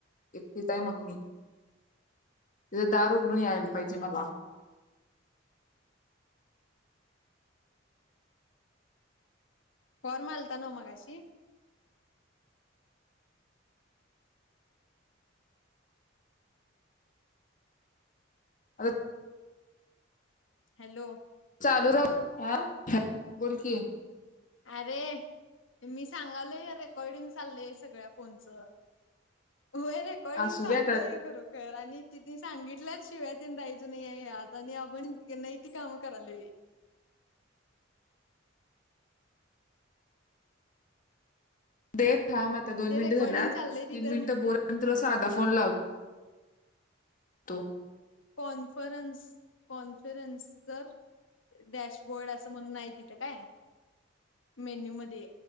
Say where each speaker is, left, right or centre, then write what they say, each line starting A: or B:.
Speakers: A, on the left; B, on the left.
A: एकटीचय मग मी तिथ दार उघडून
B: हम्म
A: यायला
B: हम्म
A: पाहिजे
B: हम्
A: मला
B: फॉर्म आलता ना मगाशी
A: आ
B: हॅलो,
A: चालू राह--बोलकी
B: अरे मस सांगालय रेकॉर्डिंग चालय सगळ्या फोनचं होय, रेकॉर्डिंग
A: असू
B: चाललय
A: दे आता
B: आहे खरं कर आणि ति सांगितल्याच शिवाय त्यां दयच नाही यात आणि आपण नाहीती काम करालय
A: देख थांब आता दोन
B: ते
A: मिनिटं
B: रेकॉर्डिंग
A: झाल्यात
B: चाललंय तिथे
A: तीन मिनिटं
B: मग
A: बोल आणि तुला साधा फोन लावतो. तो
B: कॉन्फरन्स कॉन्फरन्स जर डॅशबोर्ड असं म्हणून नाही तिथं काय मेन्यू मध्ये